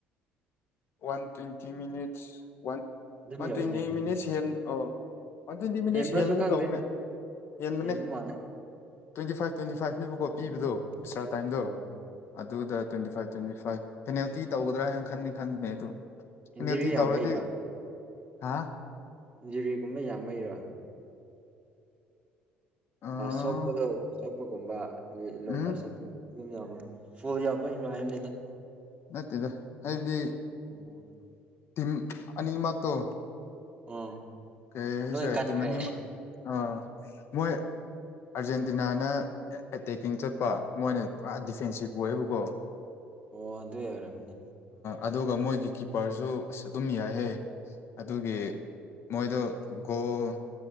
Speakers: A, on the left; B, on the right.
A: ꯋꯥꯟ ꯇ꯭ꯋꯦꯟꯇꯤ ꯃꯤꯅꯤꯠꯁ ꯋꯥꯟ
B: ꯑꯗꯨꯝ
A: ꯋꯥꯟ
B: ꯌꯧꯋꯤꯅꯦ
A: ꯇ꯭ꯋꯦꯟꯇꯤ ꯃꯤꯅꯤꯠꯁ ꯍꯦꯟ ꯑꯣ ꯋꯥꯟ ꯇ꯭ꯋꯦꯟꯇꯤ ꯃꯤꯅꯤꯠꯁ
B: ꯍꯦꯟꯕ꯭ꯔꯁꯨ
A: ꯍꯦꯟꯕꯒꯨꯝ
B: ꯈꯪꯗꯦ
A: ꯇꯧꯕꯅꯦ ꯍꯦꯟꯕꯅꯦ꯫
B: ꯍꯦꯟꯕ ꯃꯥꯜꯂꯦ
A: ꯇ꯭ꯋꯦꯟꯇꯤ ꯐꯥꯏꯚ ꯇ꯭ꯋꯦꯟꯇꯤ ꯐꯥꯏꯚ ꯅꯦꯕꯀꯣ
B: ꯎꯝ
A: ꯄꯕꯗꯣ ꯑꯦꯛꯁ꯭ꯔꯥ ꯇꯥꯏꯝꯗꯣ꯫
B: ꯑꯣ
A: ꯑꯗꯨꯗ twenty five twenty five penalty ꯇꯧꯒꯗ꯭ꯔꯥ ꯍꯥꯏꯅ ꯈꯟꯗꯤ ꯈꯟꯕꯅꯦ ꯑꯗꯨ
B: ꯏꯟꯖꯨꯔꯤ
A: ꯄꯦꯅꯥꯜꯇꯤ
B: ꯌꯥꯝꯕꯩꯔꯥ
A: ꯇꯧꯔꯗꯤ ꯍꯥ
B: ꯏꯟꯖꯨꯔꯤꯒꯨꯕ ꯌꯥꯝꯕꯩꯔꯣ꯫
A: ꯑꯥ
B: ꯁꯣꯛꯄꯗꯣ ꯁꯣꯛꯄꯒꯨꯝꯕ ꯌꯦꯂꯦꯀꯥꯔ
A: ꯎꯝ
B: ꯁꯠꯄꯒꯨꯝꯕ ꯑꯗꯨꯝ ꯌꯥꯝꯕꯅꯤ꯫ ꯐꯣꯜ ꯌꯥꯝ ꯕꯩꯔꯣ ꯍꯥꯏꯕꯅꯤꯗ꯫
A: ꯅꯠꯇꯦꯗ ꯍꯥꯏꯗꯤ꯫
B: ꯎꯝ꯫
A: ꯇꯤꯝ ꯑꯅꯤ ꯃꯛꯇꯣ꯫
B: ꯑꯣ
A: ꯀꯩ ꯈꯥꯢꯁꯤꯒꯦ
B: ꯂꯣꯏ ꯀꯟꯈ꯭ꯔꯦ
A: ꯇꯤꯝ ꯑꯅꯤ ꯃꯠ ꯑꯥ ꯃꯣꯏ ꯑꯔꯖꯦꯟꯇꯤꯅꯥꯅ ꯑꯦꯇꯦꯛꯀꯤꯡ ꯆꯠꯄ ꯃꯣꯏꯅ ꯄꯨꯔꯥ ꯗꯤꯐꯦꯟꯁꯤꯞ ꯑꯣꯏꯌꯦꯕꯀꯣ
B: ꯑꯣ ꯑꯗꯨꯢ ꯑꯣꯏꯔꯝꯅꯤ
A: ꯑꯗꯨꯒ ꯃꯣꯏꯒꯤ ꯀꯤꯄꯔꯁꯨ ꯑꯁ ꯑꯗꯨꯝ ꯌꯥꯏꯍꯦ ꯑꯗꯨꯒꯤ ꯃꯣꯏꯗꯣ ꯒꯣꯜ